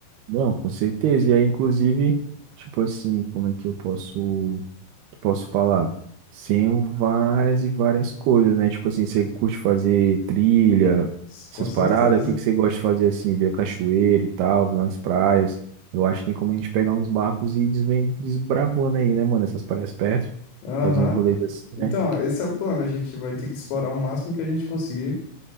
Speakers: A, on the right; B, on the left.
A: Não, com certeza. E aí, inclusive, tipo assim, como é que eu posso, posso falar? Sem várias e várias coisas, né? Tipo assim, você curte fazer trilha,
B: S- Com
A: essas
B: certeza.
A: paradas, o que que você gosta de fazer assim, ver cachoeira e tal, nas praias? Eu acho que tem como a gente pegar uns barcos e ir desven- desbravando aí, né, mano? Essas praias perto,
B: Aham.
A: fazendo rolês assim, né?
B: Então, esse é o plano. A gente vai ter que explorar o máximo que a gente conseguir,